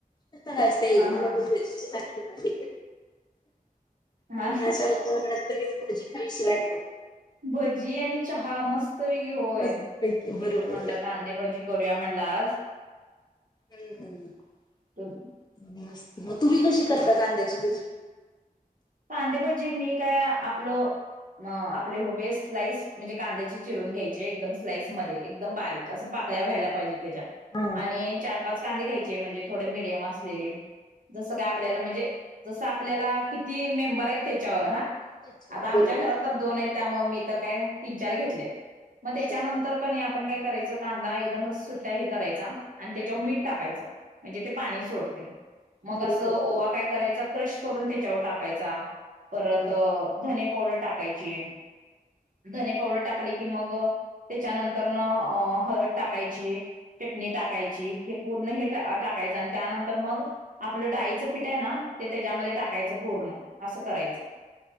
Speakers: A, on the left; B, on the right.
A: <unintelligible> स
B: हा
A: मला
B: हा
A: पण भजीचीच आठवण आली. आणि
B: हा
A: अशा वातावरणात, लगेच भजी खावीशी वाट
B: भजी आणि चहा मस्त पैकी होय,
A: मस्त पैकी
B: हे
A: बरोबर
B: पण म्हणलं कांदे, भजी करूया, म्हणल आज.
A: हम्म हम्,
B: तुम
A: मस्त मग तुम्ही कशी करता, कांद्याची भजी?
B: कांदे, भजी मी काय आपलं, म आपले ऊभे स्लाईस म्हणजे कांद्याचे चिरून घ्यायचे, एकदम स्लाईस मध्ये, एकदम बारीक, असं पाकळ्या व्हायला पाहिजे त्याच्या
A: हा
B: आणि चार पाच कांदे घ्यायचे, म्हणजे थोडे मिडियम असलेले. जसं काय आपल्याला, म्हणजे जसं आपल्याला किती मेंबर य, त्याच्यावर हां.
A: त्याच्यावर
B: आता आमच्या
A: बरोबर
B: घरात, तर दोन आहेत, त्यामुळे मी तर काय तीन, चार घेतलेत, मग त्याच्यानं
A: हा
B: तर कणी आपण काय करायचं, कांदा एकदम सुट्ट्या हे करायचा आणि त्याच्यावर मीठ टाकायचं. म्हणजे ते पाणी सोडते, मग
A: बरोबर
B: असं ओवा,
A: हो
B: काय करायचा, क्रश करून त्याच्यावर टाकायचा. परत
A: हम्म.
B: धने पावडर टाकायची. धने पावडर टाकले की मग त्याच्यानंतर न अ हळद टाकायची चटणी टाकायची हे पूर्ण हे टा आ टाकायचं आणि त्यानंतर मग आपलं डाळीचं पीठ आहे ना ते त्याज्यामध्ये टाकायचं पूर्ण असं करायचं